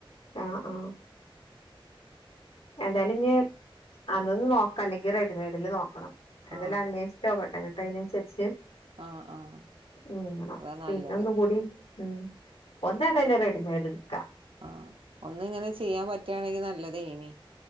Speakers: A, on the left (about 85°); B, on the right (about 70°).
A: ആഹ് ആഹ് എന്തായാലും ഞ്ഞി അതൊന്ന് നോക്കാ അല്ലെങ്കി റെഡിമെയ്ഡ്ല് നോക്കണം എന്താലും
B: ആഹ്
A: അന്വേഷ് ചട്ടങ്ങട്ട അതിനനുസരിച്ച്
B: ആഹ് ആഹ്
A: നീങ്ങണം
B: അതാ
A: പിന്നെ
B: നല്ലത്
A: ഒന്നും കൂടിം ഉം ഒന്നേതായ്ലും റെഡിമേഡ് ട്ക്ക
B: ആ ഒന്നിങ്ങനെ ചെയ്യാൻ പറ്റാണെങ്കി നല്ലതേനി.